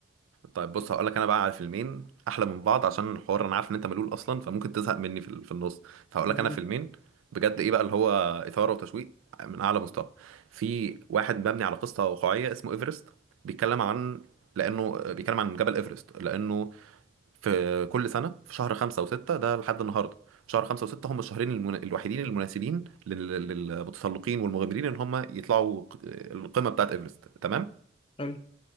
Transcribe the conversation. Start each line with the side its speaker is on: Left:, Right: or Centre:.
Right: طيب بص هقول لك انا بقى على فيلمين احلى من بعض عشان الحوار انا عارف ان انت ملول اصلا فممكن تزهق مني في ال- في النص فهقول
Left: <laughs> بالظبط
Right: لك انا فيلمين بجد ايه بقى اللي هو اثاره وتشويق من اعلى مستوى في واحد مبني على قصه واقعيه اسمه ايفرست بيتكلم عن لانه بيتكلم عن جبل ايفرست لانه في كل سنة في شهر خمسة وستة ده لحد النهاردة شهر خمسة وستة هم الشهرين المن... الوحيدين المناسبين لل... للمتسلقين والمغامرين ان هم يطلعوا ق- القمة بتاعت ايفرست تمام
Left: حلو